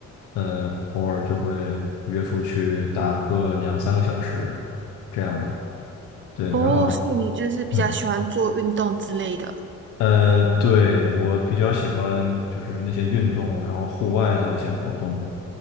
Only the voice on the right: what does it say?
哦，
所以你就是比较喜欢做运动之类的。